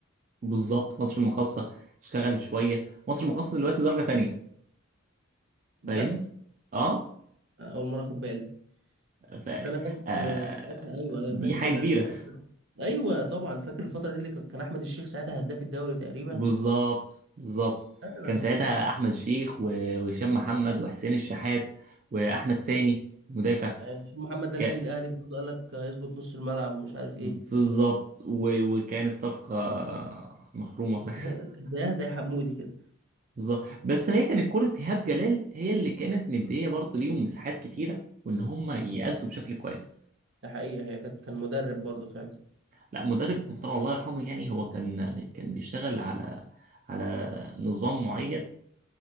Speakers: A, on the right; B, on the right.
A: بالظبط مصر المقاصة اشتغلت شوية مصر المقاصة دلوقتي درجة تانية
B: بجد
A: فاهم اه
B: اول مره اخد بالي
A: ف...
B: بس انا فاكر
A: آه...
B: ساعتها ايوه ايوه
A: دي
B: فاكر
A: حاجة كبيرة
B: في الفتره ايوه طبعا فاكر الفتره دي اللي كان احمد الشيخ ساعتها هداف الدوري تقريبا
A: بالظبط بالظبط
B: انا
A: كان ساعتها احمد شيخ و- وهشام محمد وحسين الشحات واحمد سامي مدافع
B: أيوة، عشان محمد ده
A: ك...
B: اللي جه الاهلي برضه قال لك هيظبط نص الملعب ومش عارف ايه
A: بالظبط و... وكانت صفقة مخرومة
B: <laughs>
A: <laughs>
B: كان زيها زي حمودي كده
A: بالظبط بس هي كانت كرة إيهاب جلال هي اللي كانت مدية برضه ليهم مساحات كتيرة وإن هم يأدوا بشكل كويس
B: ده حقيقه هي كانت كان مدرب برضه فعلا
A: لا مدرب محترم الله يرحمه يعني هو كان كان بيشتغل على على نظام معين